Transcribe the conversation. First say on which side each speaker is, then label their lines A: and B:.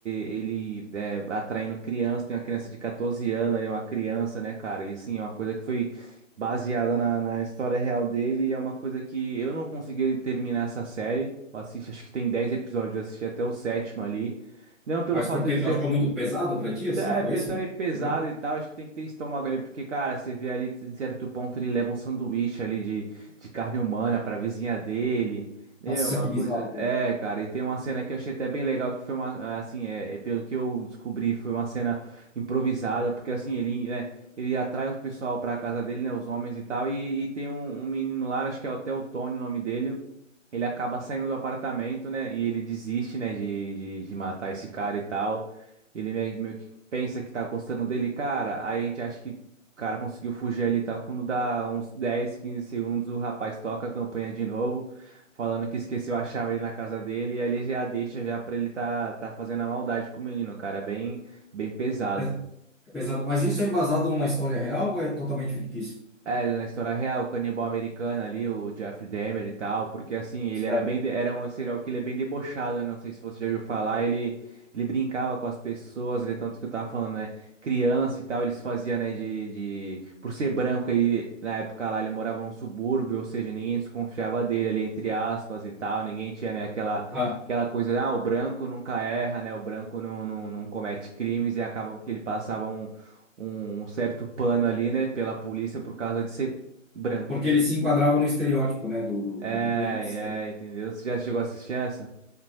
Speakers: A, on the right; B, in the centre.
A: ele é, atraindo criança, tem uma criança de 14 anos ali, uma criança, né, cara, e assim, é uma coisa que foi baseada na, na história real dele, e é uma coisa que eu não consegui terminar essa série. Eu assisti, acho que tem 10 episódios, eu assisti até o sétimo ali. Não pelo
B: Mas
A: fato
B: porque
A: de ser
B: tu achou muito pesado para ti, assim?
A: é,
B: Foi
A: pe-
B: esse
A: também
B: o
A: é pesado
B: problema?
A: e tal, acho que tem que ter estômago ali, porque, cara, você vê ali, em certo ponto, ele leva um sanduíche ali de, de carne humana pra vizinha dele, meu,
B: Nossa,
A: é uma
B: que
A: coisa...
B: bizarro, cara.
A: É, cara, e tem uma cena que eu achei até bem legal, que foi uma, assim, é, é pelo que eu descobri, foi uma cena improvisada, porque, assim, ele, né, ele atrai o pessoal pra casa dele, né, os homens e tal, e, e tem um, um menino lá, acho que é até o Tony o nome dele, ele acaba saindo do apartamento, né? E ele desiste, né, de, de, de matar esse cara e tal. Ele meio, meio que pensa que tá gostando dele, cara. Aí a gente acha que o cara conseguiu fugir ali e tal. Quando dá uns 10, 15 segundos, o rapaz toca a campanha de novo, falando que esqueceu a chave ali na casa dele. E ali já deixa já pra ele tá, tá fazendo a maldade com o menino, cara. Bem, bem pesado.
B: É pes- é pesado. Mas isso é embasado numa história real ou é totalmente fictício?
A: É, né, na história real, o canibal americano ali, o Jeffrey Dahmer e tal, porque assim, ele
B: Certo.
A: era bem, de- era um serial killer bem debochado, né? Não sei se você já ouviu falar, ele, ele brincava com as pessoas, ele, tanto que eu tava falando, né? Criança e tal, eles faziam, né, de, de... Por ser branco, ele, na época lá, ele morava num subúrbio, ou seja, ninguém desconfiava dele ali, entre aspas e tal, ninguém tinha, né, aquela...
B: Ah,
A: Aquela coisa, ah, o branco nunca erra, né? O branco não, não, não comete crimes e acaba que ele passava um, um certo pano ali, né, pela polícia por causa de ser branco.
B: porque ele se enquadrava no estereótipo, né, do, do,
A: É,
B: do do inocente.
A: é, entendeu? Você já chegou a assistir essa?